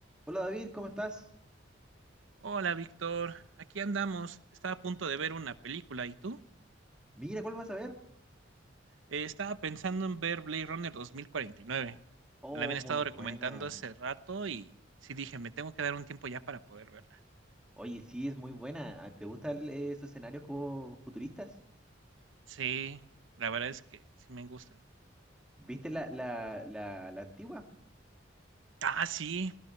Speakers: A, in the centre; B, on the right (about 80°).
A: Hola David, ¿cómo estás?
B: Hola, Víctor. Aquí andamos. Estaba a punto de ver una película. ¿Y tú?
A: Mira, ¿cuál vas a ver?
B: Eh, estaba pensando en ver Blade Runner dos mil cuarenta y nueve.
A: Oh,
B: Me la habían
A: muy
B: estado
A: buena.
B: recomendando hace rato y sí dije, me tengo que dar un tiempo ya para poder verla.
A: Oye, sí, es muy buena. Ah, ¿Te gustan eh, esos escenarios como futuristas?
B: Sí, la verdad es que sí me gusta.
A: ¿Viste la, la, la, la antigua?
B: Ah, sí.